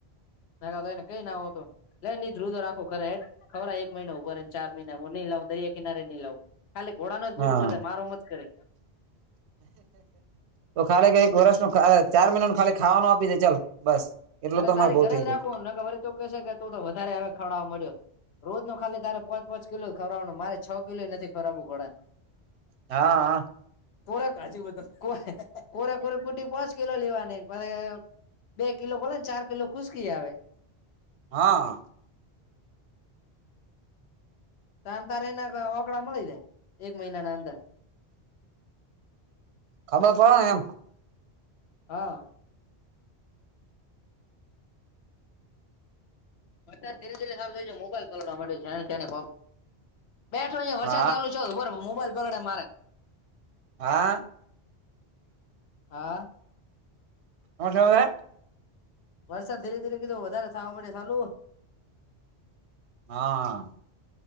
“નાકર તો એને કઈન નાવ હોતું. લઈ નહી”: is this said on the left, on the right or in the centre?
Left